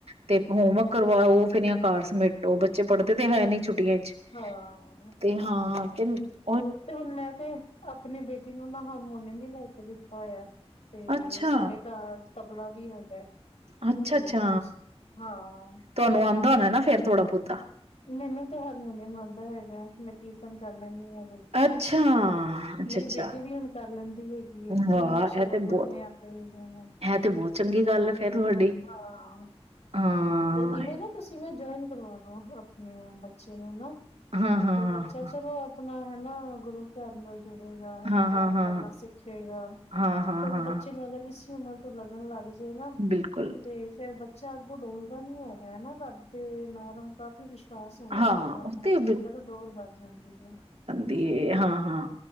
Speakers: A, on the right; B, on the left.
A: ਤੇ ਹੋਮਵਰਕ ਕਰਵਾਉ ਫੇਰ ਘਰ ਸਮੇਟੋ ਬੱਚੇ ਪੜ੍ਹਦੇ ਤੇ ਹੈ ਨੀ ਛੁੱਟ ਟੀਆਂ ਚ
B: ਹਾਂ
A: ਤੇ ਹਾਂ <unintelligible>
B: ਤੇ ਹੁਣ ਮੈਂ ਤੇ ਆਪਣੀ ਬੇਟ ਟੀ ਨੂੰ ਨਾ ਹਾਰਮੋਨੀਅਮ ਵੀ ਲੈ ਕੇ ਦਿੱਤਾ ਹੋਇਆ। ਤੇ
A: ਅੱਛਾ
B: ਸਾਡੇ ਘਰ ਤਬਲਾ ਵੀ ਹੈਗਾ।
A: ਅੱਛਾ
B: ਤੇ
A: ਅੱਛਾ
B: ਹਾਂ।
A: ਤੁਹਾਨੂੰ ਆਉਂਦਾ ਹੋਣਾ ਨਾ ਫੇਰ ਥੋੜਾ ਬਹੁਤਾ
B: ਮੈਨੂੰ ਤੇ ਹਾਰਮੋਨੀਅਮ ਆਉਂਦਾ। ਹੈਗਾ। ਮੈਂ ਕੀਰਤਨ ਕਰ ਲੈਂਦੀ ਹਾਂ।
A: ਅੱਛਾ ਅੱਛਾ
B: ਮੇਰੀ
A: ਅੱਛਾ
B: ਬੇਟੀ ਵੀ ਹੁਣ ਕਰ ਲੈਂਦੀ ਹੈਗੀ। ਉਹਨੂੰ
A: ਵਾਹ
B: ਵੀ ਸ਼ਬਦ
A: ਇਹ ਤੇ
B: ਪੜ੍ਹਨੇ
A: ਬਹੁਤ
B: ਆਦੇ ਹੈਗੇ ਨੇ,
A: ਇਹ ਤੇ ਬਹੁਤ ਚੰਗੀ
B: ਤੇ
A: ਗੱਲ ਐ ਫੇਰ ਤੁਹਾਡੀ
B: ਹਾਂ,
A: ਹਾਂ
B: ਤੇ ਇਵੇਂ ਨਾ ਤੁਸੀਂ ਜੁਆਇਨ ਕਰਵਾ ਦੋ। ਮੈ ਬੱਚੇ ਨੂੰ ਨਾ
A: ਹਾਂ ਹਾਂ
B: ਤੇ ਬੱਚਾ
A: ਹਾਂ
B: ਚਲੋ ਆਪਣਾ ਨਾ ਗੁਰੂ ਘਰ ਨਾਲ ਜੁੜੇਗਾ ਹੈ ਨਾ
A: ਹਾਂ
B: ਪਾਠ
A: ਹਾਂ ਹਾਂ
B: ਕਰਨਾ ਸਿੱਖੇਗਾ।
A: ਹਾਂ, ਹਾਂ,
B: ਥੋੜਾ
A: ਹਾਂ
B: ਬੱਚੇ ਨੂੰ ਅਗਰ ਇਸੀ ਉਮਰ ਤੋ ਲੱਗਣ ਲੱਗ ਜਾ ਜੇ ਨਾ
A: ਬਿਲਕੁਲ।
B: ਤੇ ਫੇਰ ਬ ਾਗੋਂ ਡੋਲਦਾ ਨੀ ਹੈਗਾ। ਮੈਂ ਨਾ ਰੱਬ ਤੇ ਨਾਲੋ ਕਾਫੀ ਵਿਸ਼ ਵਾਸ਼ ਹੋ ਜਾਂਦਾ
A: ਹਾਂ,
B: ਹੈ। ਰਾਬ
A: ਉਹ
B: ਨਾਲ
A: ਤੇ
B: ਤੁਸੀਂ ਕਹਿਲੋ ਡੋਰ ਬਣ ਜਾਂਦੀ ਹੈ।
A: ਤੇ ਹਾਂ-ਹਾਂ